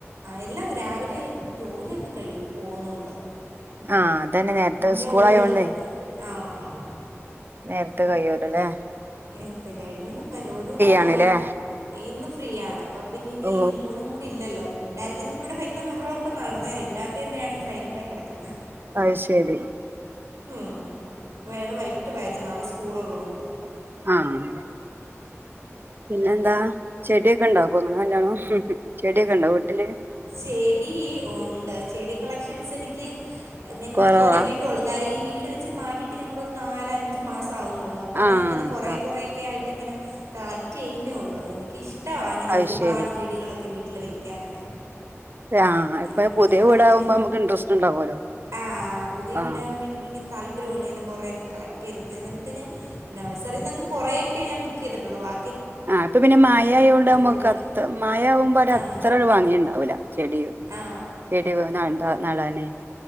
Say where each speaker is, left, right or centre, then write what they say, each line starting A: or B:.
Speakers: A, on the right; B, on the right.
A: എല്ലാം രാവിലെ ജോലിയൊക്കെ കഴിഞ്ഞു പോന്നോണ്ട്
B: ആഹ അതന്നെ നേരത്തെ സ്കൂളാ
A: ഉള്ള്
B: യോണ്ടേ
A: പിന്നെ ആഹ്
B: നേരത്തെ കയിയോലൊയില്ലേ
A: നേരത്തെ കഴിഞ്ഞ് ഓ <unintelligible>
B: ആണ്ല്ലേ
A: ഇന്ന് ഫ്രീ ആണ് അപ്പൊ പിന്നെ ഇനി
B: ഓ
A: മോനും കൂടി ഇല്ലല്ലോ ഉണ്ടായിരുന്നെങ്കിൽ ഇവിടെ ഭയങ്കര ബഹളം ഇപ്പം നടന്നേനെ ഇല്ലാത്തതിന്റെയാണ് ഈ സൈലന്റായി കെടക്കുന്നേ
B: അയ് ശരി
A: ഉം ഇപ്പൊ അയാള് വൈകിട്ട് വരും നാളെ സ്കൂള് ഉള്ളോണ്ട്
B: ആഹ പിന്നെ എന്താ ചെടിയൊക്കെ ഉണ്ടാക്കോ <unintelligible> ചെടിയൊക്കെ ഉണ്ടോ വീട്ടില്
A: ചെടി ഉണ്ട് ചെടി കളക്ഷൻസ് എനിക്ക് ഞാനിപ്പം
B: കൊറവാ
A: തൊടങ്ങിട്ടെയുള്ളു കാരണം ഈ വീട് വെച്ചി - ച് മാറിയിട്ട് ഞങ്ങളൊരു നാലഞ്ചു മാസം ആവുന്നുള്ളൂ അപ്പോ
B: ആഹ്
A: ഞാൻ ഇങ്ങനെ കുറെ
B: ആഹ്
A: കുറേ ഒക്കെ ആയിട്ട് ഇങ്ങനെ കളക്ട് ചെയ്യുന്നേള്ളൂ എനിക്ക് ഇഷ്ട്ടവാ ഇങ്ങനെ
B: അത്
A: ഒരുപാട്
B: ശരി
A: ചെടികളൊക്കെ വീട്ടീല് - വീട്ടിൽ വെക്കാനൊക്കെ
B: ആ ഇപ്പൊ
A: ഞാനിങ്ങനെ
B: പുതിയ
A: കളക്ട്
B: വീടാകുമ്പോ
A: ചെയ്ത്
B: നമുക്ക് ഇൻട്രസ്റ്റ് ഇണ്ടാവുമലോ
A: ആ പുതിയ വീടാകുമ്പോൾ
B: ആഹ
A: എനിക്കിങ്ങനെ താല്പര്യമുണ്ട് ഇങ്ങനെ കൊറെയൊക്ക കളക്ട് ചെയ്ത് എന്നിട്ട് ഞാൻ നഴ്റിന്നൊക്ക കൊറേക്കെ ഞാൻ പിക്ക്- ചെയ്തിട്ടുള്ളു വാ
B: ആഹ അപ്പൊ പിന്നെ മായയായൊണ്ട് നമുക്ക്
A: പോയിട്ട്
B: അത്ര മയ ആകുമ്പ
A: ആ
B: അത്ര ഭംഗിണ്ടാവൂല ചെടി
A: ആ
B: ചെടി പോന്നണ്ടാ നടാനെ <unintelligible>